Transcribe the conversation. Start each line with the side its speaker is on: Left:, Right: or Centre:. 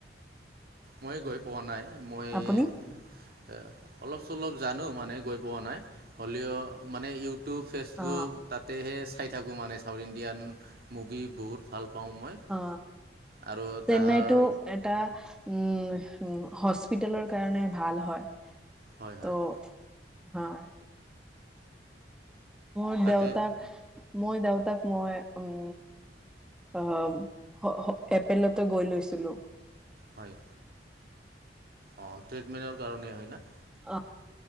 Right: মই গৈ পোৱা নাই, মই
Centre: আপুনি
Right: অলপ-চলপ জানো মানে গৈ পোৱা নাই। হ'লেও মানে ইউ টিউব, ফেচবুক
Centre: অ
Right: তাতেহে চাই থাকোঁ মানে চাউথ ইণ্ডিয়ান মুভি বহুত ভাল পাওঁ মই।
Centre: অ
Right: আৰু তাহাৰ
Centre: চেন্নাইটো এটা উম হস্পিতেলৰ কাৰণে ভাল হয়।
Right: হয় হয়
Centre: ত হয়। মোৰ
Right: তাতে
Centre: দেউতাক, মই দেউতাক মই উম অ হ-হ এপেলতে গৈ লৈছিলো।
Right: হয়। অ ট্ৰিতমেণ্টৰ কাৰণেই হয় না?
Centre: অ